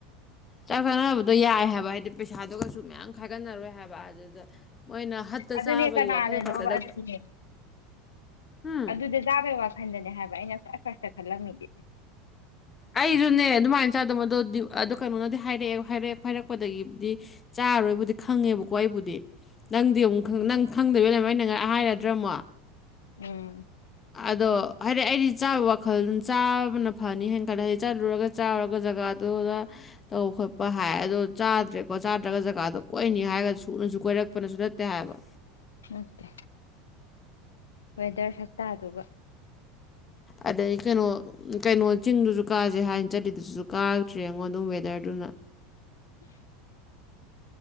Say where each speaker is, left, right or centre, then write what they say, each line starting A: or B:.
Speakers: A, on the left; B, on the left.
A: ꯆꯥꯛꯆꯅꯕꯗꯣ ꯌꯥꯏ ꯍꯥꯏꯕ ꯍꯥꯏꯗꯤ ꯄꯩꯁꯥꯗꯨꯒꯁꯨ ꯃꯌꯥꯝ ꯈꯥꯏꯒꯠꯅꯔꯣꯏ ꯍꯥꯏꯕ ꯑꯗꯨꯗ ꯃꯣꯏꯅ ꯍꯠꯇ
B: ꯑꯗꯨꯅꯦ
A: ꯆꯥꯕꯒꯤ
B: ꯀꯅꯥꯅꯅꯣꯕ
A: ꯋꯥꯈꯜ ꯈꯛꯇꯗ
B: ꯑꯗꯨꯅꯦ
A: ꯎꯝ
B: ꯑꯗꯨꯗ ꯇꯥꯕ ꯋꯥꯛ ꯈꯟꯊꯅꯦ ꯍꯥꯏꯕ ꯑꯩꯅ ꯈ꯭ꯋꯥꯏ ꯐꯥꯔꯁꯇ ꯈꯜꯂꯝꯃꯤꯗꯨꯗꯤ
A: ꯑꯩꯁꯨꯅꯦ ꯑꯗꯨꯃꯥꯏꯅ ꯆꯥꯗꯕ ꯑꯗꯣ ꯀꯩꯅꯣꯅꯗꯤ ꯍꯥꯏꯔꯛꯑꯦ ꯍꯥꯏꯔꯦ ꯐꯔꯛꯄꯗꯒꯤ ꯗꯤ ꯆꯥꯔꯣꯏꯕꯨꯗꯤ ꯈꯪꯉꯦꯕꯀꯣ ꯑꯩꯕꯨꯗꯤ ꯅꯪꯗꯤ ꯑꯃꯨꯛ ꯅꯪ ꯈꯪꯗꯕꯩ ꯑꯗꯨꯃ ꯑꯩꯅ ꯍꯥꯏꯔꯗꯤ ꯗ꯭ꯔꯃꯥ
B: ꯎꯝ
A: ꯑꯗꯣ ꯍꯥꯏꯗꯤ ꯑꯩꯗꯤ ꯆꯥꯕ ꯋꯥꯈꯜ ꯆꯥꯕꯅ ꯐꯅꯤ ꯀꯅꯥꯩ ꯆꯠꯂꯨꯔꯒ ꯆ ꯆꯥꯎꯔꯒ ꯖꯒꯥꯗꯨꯗ ꯇꯧꯕ ꯈꯣꯠꯄ ꯍꯥꯏ ꯑꯗꯣ ꯆꯥꯗ꯭ꯔꯦꯀꯣ ꯆꯥꯗ꯭ꯔꯒ ꯖꯒꯥꯗꯣ ꯀꯣꯏꯅꯤ ꯍꯥꯏꯔꯒꯁꯨ ꯁꯨꯅꯁꯨ ꯀꯣꯏꯔꯛꯄꯅꯁꯨ ꯅꯠꯇꯦ ꯍꯥꯏꯕ
B: ꯅꯠꯇꯦ ꯋꯦꯗꯔ ꯁꯛꯛꯇꯗꯨꯒ
A: ꯑꯗꯩ ꯀꯩꯅꯣ ꯀꯩꯅꯣ ꯆꯤꯡꯗꯨꯁꯨ ꯀꯥꯁꯦ ꯍꯥꯏꯅ ꯆꯠꯂꯤꯗꯨꯗꯨꯁꯨ ꯀꯥꯔꯛꯇ꯭ꯔꯦ ꯑꯩꯉꯣꯟꯗꯝ ꯋꯦꯗꯔꯗꯨꯅ
B: <inaudible>